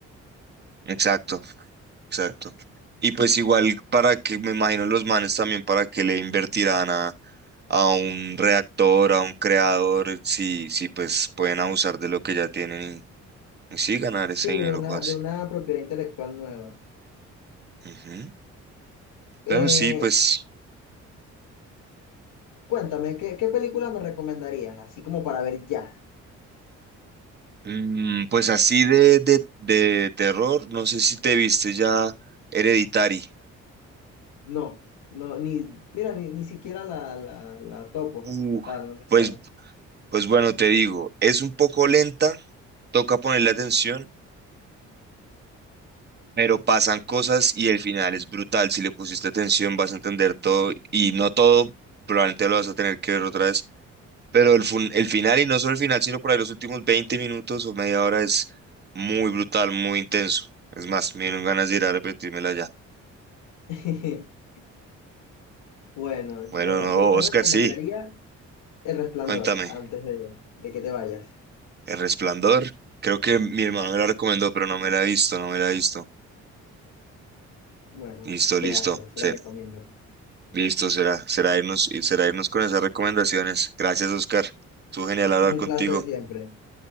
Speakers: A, on the right; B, on the left.
A: Exacto, exacto. Y pues igual para que, me imagino los manes también para que le invertirán a, a un reactor, a un creador, si, si pues pueden abusar de lo que ya tienen y, y sí ganar
B: Sí,
A: ese dinero
B: de una,
A: fácil.
B: de una propiedad intelectual nueva.
A: Ujú.
B: Eh,
A: Pero sí, pues
B: Cuéntame, ¿qué, qué película me recomendarías? Así como para ver ya.
A: Mm, pues así de, de, de terror, no sé si te viste ya Hereditary.
B: No, no, ni, mira, ni, ni siquiera la, la, la topo.
A: Uf,
B: Ah, no me
A: pues,
B: suena.
A: pues bueno, te digo, es un poco lenta, toca ponerle atención, pero pasan cosas y el final es brutal. Si le pusiste atención vas a entender todo y no todo, probablemente lo vas a tener que ver otra vez, pero el, fun- el final y no solo el final, sino por ahí los últimos 20 minutos o media hora es muy brutal, muy intenso. Es más, me dieron ganas de ir a repetírmela ya.
B: <laughs> Bueno,
A: Bueno,
B: yo,
A: no,
B: yo te
A: Oscar,
B: recomendaría
A: sí,
B: El Resplandor
A: cuéntame.
B: antes de, de que te vayas.
A: El Resplandor. Creo que mi hermano
B: Y,
A: me la recomendó, pero no me la he visto, no me la he visto.
B: Bueno,
A: Listo,
B: véasela,
A: listo.
B: se
A: Sí,
B: la recomiendo.
A: listo, será, será irnos, será irnos con esas recomendaciones. Gracias, Oscar. Estuvo genial
B: <laughs>
A: hablar
B: Un
A: contigo.
B: placer siempre.